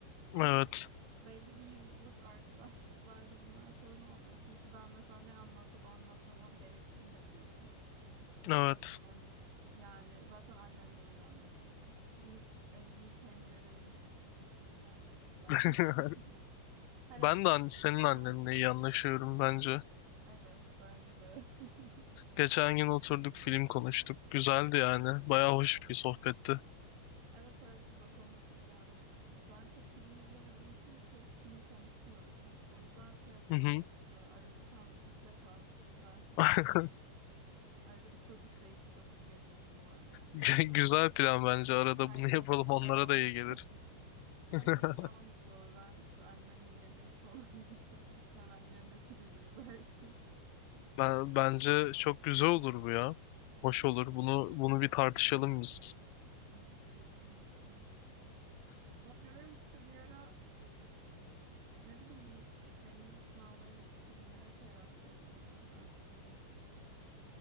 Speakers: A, on the right; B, on the left.
A: Ama
B: Evet,
A: belli bir yıllık arkadaşlıklarda bunlar sorun olmuyor. Çünkü ben mesela ne anlatıp anlatmamam gerektiğini de biliyorum.
B: evet.
A: Ee, Yani zaten annenle iyi anlaşıyorum. Dün evinin pencerelerini sildim yani o yüzden.
B: <laughs>
A: <laughs> Her
B: Ben
A: arkadaş
B: de an- senin
A: bulamazsın.
B: annenle iyi anlaşıyorum bence.
A: Evet bence de. <laughs>
B: Geçen gün oturduk film konuştuk. Güzeldi yani. Baya hoş bir sohbetti.
A: Evet evet siz o konuda çok iyi anlaşıyorsunuz. Ben çok film izlemediğim için çok film konuşmuyoruz biz. O yüzden şey yapalım.
B: Hı hı.
A: Ee, Arada sen bizde kal. Ben sizde
B: <laughs>
A: Arada bir çocuk da şu yaşasınlar yani.
B: Gü- Güzel plan bence. Arada
A: Herkes
B: bunu yapalım onlara
A: daha mutlu.
B: da iyi gelir.
A: <laughs> Herkes
B: <laughs>
A: daha mutlu olur. Ben işte annenle yemek falan <laughs> yaparım. Sen annemle film izlersin.
B: Ben, bence çok güzel olur bu ya. Hoş olur. Bunu bunu bir tartışalım biz.
A: Evet kesinlikle. Ben diyorum işte bir ara e, ne bileyim bir benim de sınavlarım bitince bir yemek ayarlayalım ya. Ben size yemek yapayım.